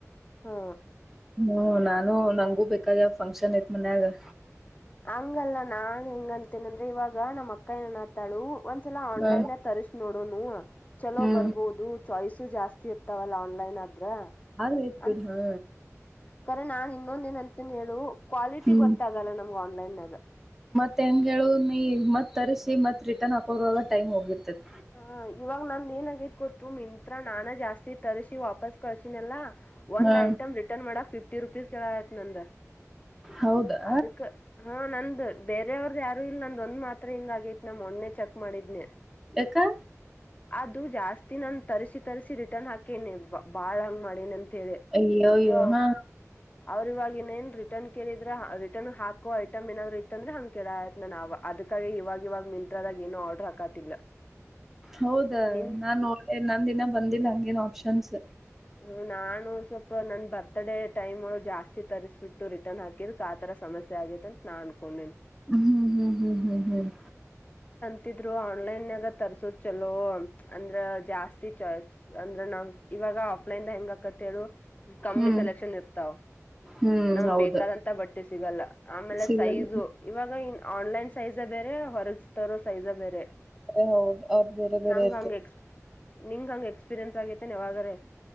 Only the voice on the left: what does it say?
ಹಾ
ಹಂಗಲ್ಲ ನಾನ್ ಹೆಂಗಂತೇನ ಅಂದ್ರೆ ಇವಾಗ ನಮ್ಮ್ ಅಕ್ಕ ನನ್ ಹತ್ತಾಳು ಒಂದ್ಸಲ ಆನ್ಲೈನ್
ತರಿಸಸಿ ನೋಡುನು ಚಲೋ
ಬರ್ಬೋದು ಚಾಯ್ಸು ಜಾಸ್ತಿ ಇರ್ತಾವಲ್ಲ ಆನ್ಲೈನ್ ಆದದ್ರ
ಅ
ಖರೆ ನಾನನ್ ಇನ್ನೊಂದೇನಂತನ ಹೇಳು ಕ್ವಾಲಿಟಿ
ಗೊತ್ತಾಗಲ್ಲ ನಮ್ಗೆ ಆನ್ಲೈನ್ಯಾಗ
ಹ ಇವಾಗ ನಂದ ಏನ ಆಗೈ ತ್ತು ಮಿಂತ್ರ ನಾನ ಜಾಸ್ತಿ ತರಿಸಿ ವಾಪಸ್ ಕಳಸಿನಲ್ಲ ಒಂದ
ಐಟಮ್ ರಿಟರ್ನ್ ಮಾಡಕ್ ಫಿಫ್ಟಿ ರೂಪಿಸ ಕೇಳಾಕ ನಂದ
ಅದಕ್ಕೆ ಹಾ ನಂದು ಬೇರೆ ಅದೇವ್ರದ ಯಾರು ಇಲ್ ನಂದೊಂದ್ ಮಾತ್ರ ಹಿಂಗ ಆಗೈತಿ ನಾ ಮೊನ್ನಿ ಚೆಕ್ ಮಾಡಿದ್ನೆ
ಅದು ಜಾಸ್ತಿ ನನ್ ತರ್ಸಿ ತರ್ಸಿ ರಿಟರ್ನ್ ಹಾಕೇನೆ ಬಾಳ್ ಹಂಗ್ ಮಾಡ ಹೇಳಿ <unintelligible>
ಸೊ
ಅವ್ರ ಇವಾಗೆನ್ ರಿಟರ್ನ್ ಕೇಳಿ <unintelligible> ರಿಟರ್ನ್ ಹಾಕುವ ಐಟಮ್ ಏನಾದ್ರು ಇತ್ತ ಅಂದ್ರ ಹಂಗ ಕೆೇಳ ಆಯ್ತ್ <unintelligible> ನ ಅದಕ್ಕಾಗಿ ಇವಾಗಿ ಇವಾಗ ಮಿಂತ್ರದಾಗ ಏನ ಒಡರ್ ಹಾಕತಿಲ್ಲ
ನಿನ್
ಹ್ಮ ನಾನು ಸ್ವಲ್ಪ ನನ್ ಬರ್ತ್ಡೇ ಟೈಮ್ ಜಾಸ್ತಿ ತರಿಸ್ಬಿಟ್ಟು ರಿಟರ್ನ್ ಹಾಕಿದಕ್ಕ ಆ ತರ ಸಮಸ್ಯೆ ಆಗೈತೆ ಅಂತ ನಾ ಅನ್ಕೊಂಡೇನಿ
<unintelligible> ಆನ್ಲೈನ್ ನ ತರ್ಸೋದ್ ಚಲೋ ಅಂದ್ರ ಜಾಸ್ತಿ <unintelligible> ಅಂದ್ರ <unintelligible> ಇವಾಗ <unintelligible> ಹೆಂಗಕತ್ತ ಹೇಳು ಕಮ್ಮಿ
ಸೆಲೆಕ್ಷನ್ ಇರ್ತಾವ್
ನಮ್
ಬೇಕಾದಂತ <unintelligible> <inaudible> ಸಿಗಲ್ಲ ಆಮೇಲೆ
ಸೈಜು ಇವಾಗ ಆನ್ಲೈನ್ ಸೈಜ ಬೇರೆ ಹೊರಗ ತರೋ <unintelligible> ಸೈಜೇ ಬೇರೆ
ನಂಗ
ಹಂಗ <unintelligible> ನಿಂಗ ಹಂಗ ಎಕ್ಸ್ಪೀರಿಯೆನ್ಸ್ ಆಗೈತೆ <unintelligible>